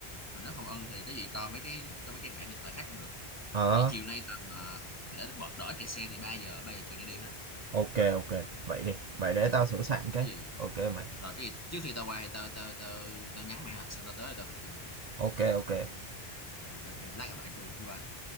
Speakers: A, on the left; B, on the right.
A: Còn nếu không ưng thì cái gì to mấy cái to mấy cái hãng điện thoại khác cũng được
B: ờ
A: Vậy chiều nay tầm ờ, để bỏ đỡ kẹt xe thì 3 giờ 3 giờ chiều nay đi ha
B: ok ok vậy đi vậy để
A: Ok
B: tao
A: ok
B: sửa
A: ok
B: soạn
A: thì
B: cái
A: cái gì
B: ok mày
A: rồi cái gì trước khi tao qua thì tao tao tao tao nhắn mày ha xong tao tới tao gọi cho mày
B: ok ok
A: rồi ok ok lát gặp lại tru bye bye